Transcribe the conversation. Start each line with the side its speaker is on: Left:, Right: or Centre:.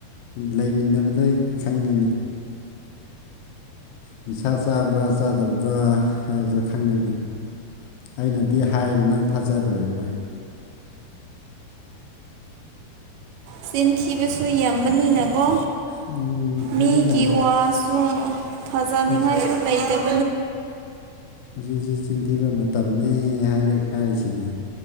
Left: ꯂꯩꯃꯤꯟꯅꯕꯗ ꯑꯩ ꯈꯪꯒꯅꯤ ꯅꯤꯁꯥ ꯆꯥꯕ꯭ꯔꯥ ꯆꯥꯗꯕꯗꯥ ꯍꯥꯏꯕꯗꯣ ꯈꯪꯒꯅꯤ ꯑꯩꯅꯗꯤ ꯍꯥꯏꯔꯦ ꯅꯪ ꯊꯥꯖꯔꯣꯏꯕ
Right: ꯆꯤꯟꯊꯤꯕꯁꯨ ꯌꯥꯝꯕꯅꯤꯅꯀꯣ
Left: ꯎꯝ ꯍꯧꯖꯤꯛꯀꯥꯟꯗꯤ
Right: ꯃꯤꯒꯤ ꯋꯥꯁꯨ ꯐꯖꯅꯤꯡꯉꯥꯏꯁꯨ
Left: ꯍꯧꯖꯤꯛ
Right: ꯂꯩꯇꯕ
Left: ꯍꯧꯖꯤꯛ ꯍꯧꯖꯤꯛ ꯆꯤꯟꯊꯤꯕ ꯃꯇꯝꯅꯤ ꯍꯥꯏꯔ ꯍꯥꯏꯁꯤꯗꯤ